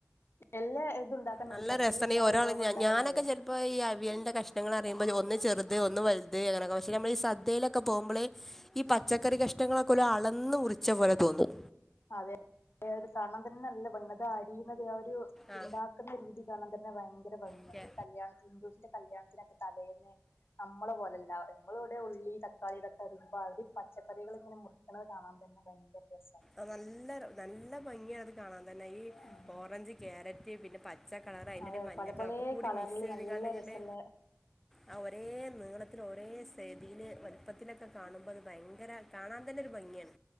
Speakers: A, on the left (about 55°); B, in the centre.
A: എല്ലാ ഇതുണ്ടാക്കാനറിയോ
B: നല്ല
A: സദ്യയിലെല്ലാ
B: രസണ്ണി ഒരാള്
A: വിഭവങ്ങളും
B: ഞാ
A: ഉണ്ടാക്കാനറിയോ
B: ഞാനൊക്കെ <unintelligible> ഇപ്പൊ ഈ അവിയലിന്റെ കഷ്ങ്ങളറിയുമ്പോ ഒന്ന് ചെറുത് ഒന്ന് വൽ തെ <unintelligible> പക്ഷെ നമ്മളീ സദ്യയിലൊക്കെ പോവുബള് ഈ പച്ചക്കറി കഷ്ണങ്ങളൊക്കെ ഒരളന്ന് മുറി ച്ച പോലെ തോന്നും
A: അതെ, അത് കാണാൻ തന്നെ നല്ല <unintelligible> അത് അരിയുന്നത് ആ ഒരു
B: ആ
A: ഇണ്ടാക്കുന്ന രീതി കാണാൻ തന്നെ ഭയങ്കര ഭംഗിയാണ്,
B: ഓക്കെ
A: ഒരു കല്യാണത്തി ഹിന്ദുസിൻ്റെ കല്യാണ ത്തിന് തലേന്ന് നമ്മള പോലല്ല ഇമ്മള് ഉള്ളി തക്കാളിതൊക്കെ അരിയുമ്പോ അവര് പച്ചക്കറികളിങ്ങനെ മുറിക്കണത് കാണാൻ തന്നെ ഭയങ്കര രസാ
B: അനല്ല നല്ല ഭംഗിയാത് കാണാൻ തന്നെ ഈ
A: ഉം
B: ഓറഞ്ച് ക്യാരറ്റ് പിന്നെ പ പച്ച കളറ് അതിന്ററടി
A: അതെ
B: മഞ്ഞ
A: പല
B: കളർ
A: പല
B: ഒക്കെകൂടി
A: കളറില്
B: മിസെയ്ത്ങ്ങാണ്ട്
A: നല്ല
B: ഇങ്ങട്
A: രസള്ള
B: ആ ഒരേ നീളത്തില് ഒരേ സയ്തിയില് വലുപ്പത്തിലൊക്കെ കാണുമ്പോ അത് ഭയങ്കര കാണാൻ തന്നെ ഒരു ഭംഗിയാണ്.